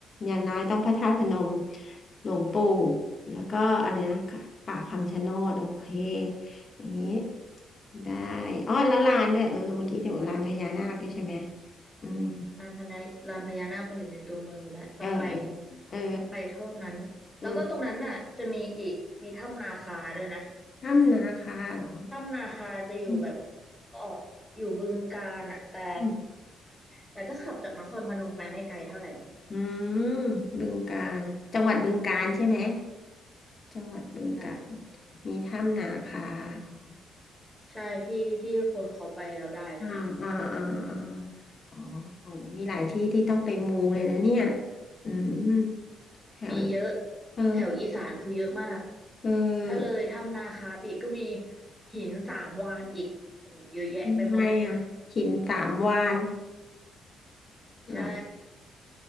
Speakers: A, on the left (about 40°); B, in the centre.
A: อย่างน้อยต้องพระธาตุพนมหลวงปู่แล้วก็อะไรนะค่ะป่าคำชะโนดโอเคอย่างนี้ได้อ๋อแล้วลานด้วยเออเมื่อกี้ที่บอกลานพญานาคด้วยใช่ไหมอืม
B: ลานพญาลานพญานาคมันอยู่ในตัวเมืองอยู่แล้วต้องไป
A: เออเออเออ
B: ต้องไปเท่านั้นแล้วก็ตรงนั้นน่ะจะมีอีกมีถ้ำนาคาด้วยนะ
A: อืมถ้ำนาคาเหรอ
B: ถ้ำนาคาจะอยู่แบบ
A: อื
B: ออกอยู่บึงกาฬอ่ะแต่
A: ม
B: แต่ก็ขับจากนครพนมไปไม่ไกลเท่าไหร่ไง
A: อืมบึงกาฬจังหวัดบึงกาฬใช่ไหม จังหวัดบึงกาฬ
B: ใช่
A: มีถ้ำนาคาอ๋อ
B: ใช่ที่ที่คนเขาไปแล้วได้กันอ่ะ
A: อ่าอ่าอ่าอ๋ออ๋อมีหลายที่ที่ต้องไปมูเลยนะเนี่ยอืมแถว
B: มีเยอะ
A: เออ
B: แถวอีสานคือเยอะมาก
A: เออ
B: ถ้าเลยถ้ำนาคาไปอีกก็มีหินสามวานอีกโอ้โหเยอะแยะไปหมด
A: ทำไงอ่ะหินสามวาน
B: ใช่
A: เหรอ